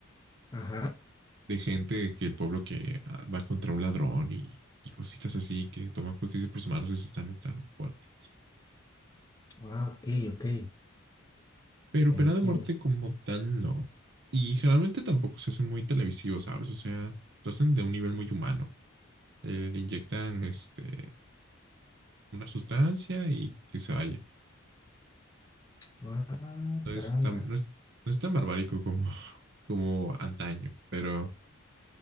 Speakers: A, on the left; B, on the right.
A: Ajá.
B: de gente que el pueblo que ah, va contra un ladrón y, y cositas así, que toman justicia por sus manos, eso también está fuerte.
A: Ah, ok, ok,
B: Pero
A: ya
B: pena
A: entiendo.
B: de muerte como tal, no. Y generalmente tampoco se hace muy televisivo, ¿sabes? O sea, lo hacen de un nivel muy humano. Eh, le inyectan este, una sustancia y que se vaya.
A: Ah,
B: No
A: caramba.
B: es tan, no es, no es tan barbárico como, <laughs> como antaño, pero,